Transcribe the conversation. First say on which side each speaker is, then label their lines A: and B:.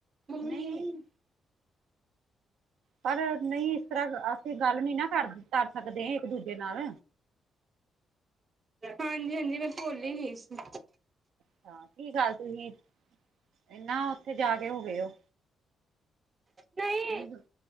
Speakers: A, on the right; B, on the right.
A: ਮੰਮੀ
B: ਨਹੀਂ
A: ਏ।
B: ਪਰ ਨਈ ਇਸ ਤਰ੍ਹਾਂ ਅਸੀਂ ਗੱਲ ਨੀ ਨਾ ਕਰ ਕਰ ਸਕਦੇ ਇੱਕ ਦੂਜੇ ਨਾਲ
A: ਹਾਂਜੀ, ਹਾਂਜੀ ਮੈਂ ਭੁੱਲ ਹੀ ਗਈ ਸੀ
B: ਹ ਕੀ ਗੱਲ ਤੁਸੀਂ ਇਹਨਾ ਉੱਥੇ ਜਾ ਕੇ ਹੋ ਗਏ ਹੋ
A: ਨਹੀਂ
B: ਮੈਨੂੰ